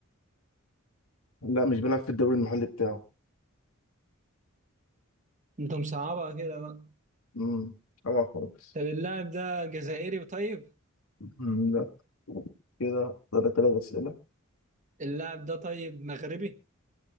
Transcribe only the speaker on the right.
انت مصعبها كده بقى
طب اللاعب ده جزائري طيب
اللاعب ده طيب مغربي